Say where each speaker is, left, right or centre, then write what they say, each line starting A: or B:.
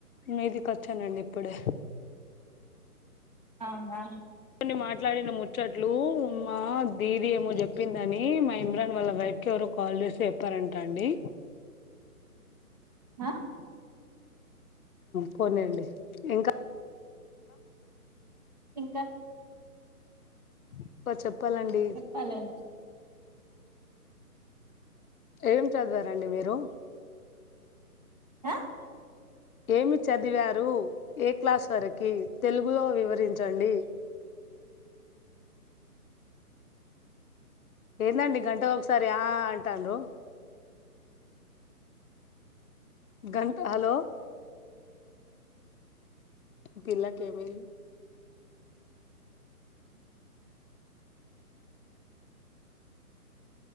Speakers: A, on the left; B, on the right.
A: మీదికి వచ్చానండి ఇప్పుడే
B: అవునా
A: కొన్ని మాట్లాడిన ముచ్చట్లు ఉ మా దీది ఏమో చెప్పిందని మా ఇమ్రాన్ వాళ్ళ వైఫ్ ఎవరో కాల్ చేసి చెప్పారంట అండి
B: ఆహ్
A: పోనీలేండి ఇంకా
B: ఇంకా
A: అబ్బా చెప్పాలండి
B: భలే ఉంది
A: ఏం చదివారండి మీరు
B: ఆహ్
A: ఏమి చదివారు ఏ క్లాస్ వరకి తెలుగులో వివరించండి ఏందండి గంట ఒకసారి ఆహ్ అంటారూ గంట హలో పిల్లకి ఏమైంది